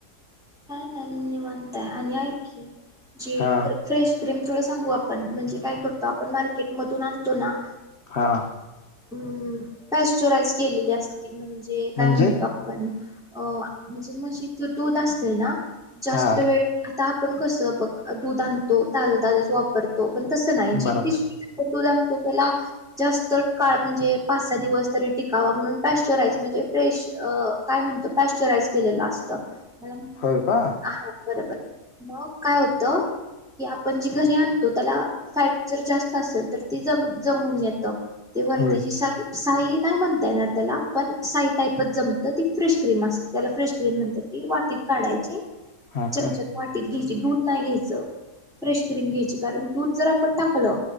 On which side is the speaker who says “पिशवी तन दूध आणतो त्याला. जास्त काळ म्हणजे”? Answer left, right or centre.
Centre